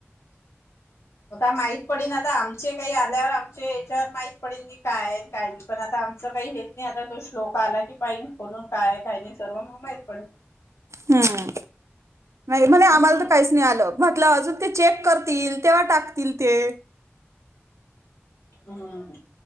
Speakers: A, on the left; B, on the right.
A: आता माहित पडिन आता आमचे काही आल्यावर आमचे याच्यावर माहित पडिन की काय काय पण आता आमच काही हेच नाही आता तो श्लोक आला कि पाई खोलून काय काही नाही सर्व मग माहीत पडीन.
B: हम्म. नाही म्हणे आम्हाला
A: हम्म
B: तर काहीच नाही आलं म्हटलं अजून ते -- चेक करतील तेव्हा टाकतील ते.
A: हम्म.